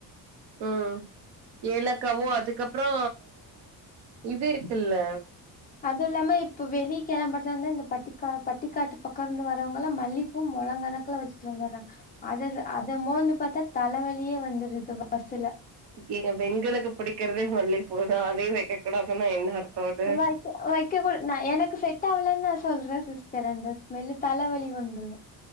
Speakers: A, on the right; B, on the left.
A: ம் ஏழக்காவு அதுக்கப்றோ இது இருக்கில்ல
B: அது இல்லாம இப்ப வெளிய கெளம்பர்தா இருந்தா இந்த பட்டிக்கா பட்டிக்காட்டு பக்கோ இர்ந்து வரவங்கல்லா மல்லிப் இப்ப மொழங் கணக்குல வச்சிட்டு வந்தற்றாங்க அத தா அத மோந்து பாத்தா தல வலியே வந்துருது பஸ்ல
A: ஏங்க பெண்களுக்கு புடிக்கிறதே மல்லிப்பூதா அதையு வெக்கக் கூடாதுன்னா என்னங்க அர்த்தோ அதான
B: வைக்க வைக்க கூடா நா எனக்கு செட் ஆவலன் நா சொல்ற சிஸ்டர் அந்த ஸ்மெல்லு தலவலி வந்துரு